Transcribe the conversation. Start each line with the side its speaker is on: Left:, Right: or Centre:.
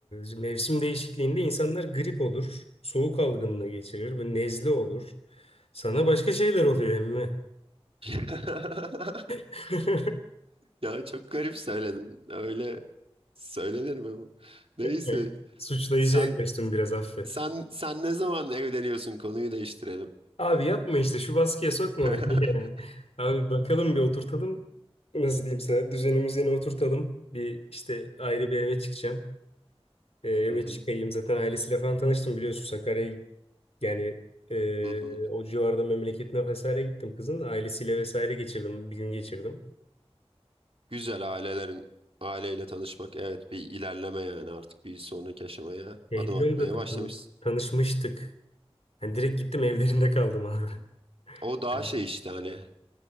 Left: e, mevsim değişikliğinde insanlar grip olur, soğuk algınlığı geçirir ve nezle olur. Sana başka şeyler oluyor emmi.
Right: <laughs>
Left: <laughs>
Right: Ya çok garip söyledin. Öyle söylenir mi bu?
Left: <laughs>
Right: Neyse.
Left: Bey, Suçlayıcı
Right: Sen
Left: yaklaştım biraz affet.
Right: sen sen ne zaman evleniyorsun? Konuyu değiştirelim.
Left: Abi yapma işte şu baskıya sokma
Right: <laughs> Hı
Left: beni. <laughs> ya. Abi bakalım bir oturtalım. Nasıl diyeyim sana düzenimizi yine oturtalım. Bir işte ayrı bir eve çıkacağım. Ee, eve
Right: hı,
Left: çıkayım zaten ailesiyle falan tanıştım biliyorsun Sakarya'yı. Yani e,
Right: hı hı.
Left: o civarda memleketine vesaire gittim kızın. Ailesiyle vesaire geçirdim. Bir gün geçirdim.
Right: Güzel ailelerin aileyle tanışmak evet bir ilerleme yani artık bir sonraki aşamaya
Left: Şey
Right: adım
Left: değil
Right: atmaya
Left: oğlum zaten
Right: başlamışsın.
Left: tanı- tanışmıştık. Hani direkt gittim evlerinde kaldım abi.
Right: O
Left: <laughs>
Right: daha şey işte hani